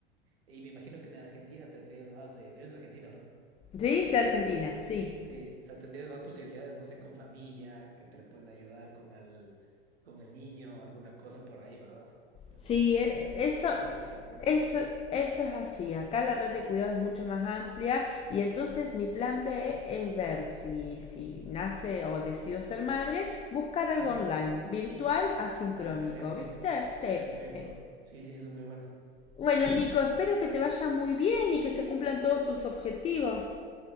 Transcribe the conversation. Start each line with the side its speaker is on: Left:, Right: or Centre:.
Right: y me imagino que en Argentina tendrías más de, eres de Argentina, ¿verdad?
Left: sí, de Argentina, sí.
Right: Sí, o sea, tendrías más posibilidades, no sé, con familia, que te le pueden ayudar con el, con el niño, alguna cosa por ahí, ¿verdad? En
Left: Sí,
Right: España estarías
Left: e- eso,
Right: sola prácticamente.
Left: eso, eso es así. Acá la red de cuidado es mucho más amplia y entonces mi plan B es ver si, si nace o decido ser madre, buscar algo
Right: Ujú.
Left: online, virtual, asincrónico,
Right: Ah, Excelente.
Left: ¿viste? Sí,
Right: Perfecto.
Left: sí.
Right: Sí, sí, eso es muy bueno.
Left: Bueno, Nico, espero que te vaya muy bien y que se cumplan todos tus objetivos.